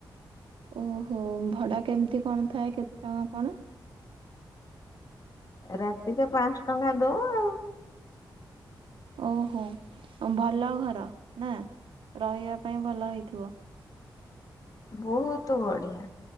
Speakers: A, on the right; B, on the left.
A: ଓହୋ ଭଡ଼ା କେମିତି କଣ ଥାଏ କେତେ ଟଙ୍କା କଣ?
B: ରାତିରେ ପାଁଶ ଟଙ୍କା ଦୋଉ
A: ଓହୋ ଭଲ ଘର ନା ରହିବା ପାଇଁ ଭଲ ହେଇଥିବ?
B: ବହୁତ ବଢିଆ।